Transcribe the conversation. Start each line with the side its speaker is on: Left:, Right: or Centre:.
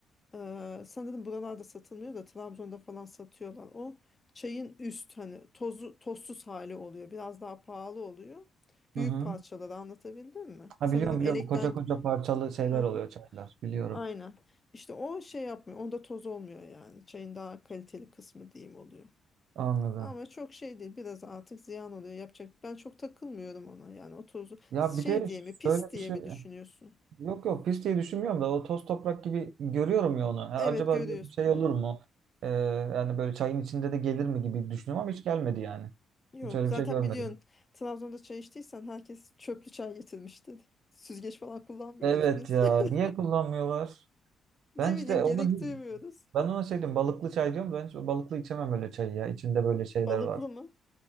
Left: Ee, sanırım buralarda satılmıyor da Trabzon'da falan satıyorlar. O çayın üst hani tozu, tozsuz hali oluyor. Biraz daha pahalı oluyor.
Right: Hı
Left: Büyük
Right: hı.
Left: parçaları anlatabildim mi?
Right: Ha
Left: Sanırım
Right: biliyorum biliyorum.
Left: elekten
Right: Koca koca parçalı şeyler
Left: Aha,
Right: oluyor çaylar. Biliyorum.
Left: aynen. İşte o şey yapmıyor. Onda toz olmuyor yani. Çayın daha kaliteli kısmı diyeyim oluyor.
Right: Anladım.
Left: Ama çok şey değil. Biraz artık ziyan oluyor. Yapacak. Ben çok takılmıyorum ona. Yani o tozu
Right: Ya
Left: şey
Right: bir de
Left: diye mi, pis
Right: şöyle
Left: diye
Right: bir şey.
Left: mi düşünüyorsun?
Right: Yok yok pis diye düşünmüyorum da o toz toprak gibi görüyorum ya onu. Ha,
Left: Evet
Right: acaba
Left: görüyorsun.
Right: diyorum şey
Left: Hmm.
Right: olur mu? Ee, yani böyle çayın içinde de gelir mi gibi düşünüyorum ama hiç gelmedi yani.
Left: Yok
Right: Hiç öyle
Left: zaten
Right: bir şey görmedim.
Left: biliyorsun Trabzon'da çay içtiysen herkes çöplü çay getirmişti. Süzgeç falan kullanmıyoruz
Right: Evet
Left: biz.
Right: ya
Left: <laughs>
Right: niye kullanmıyorlar?
Left: Ne
Right: Ben işte
Left: bileyim gerek
Right: onu
Left: duymuyoruz.
Right: ben ona şey diyorum balıklı çay diyorum. Ben hiç balıklı içemem öyle çayı ya. İçinde böyle şeyler
Left: Balıklı
Right: var.
Left: mı?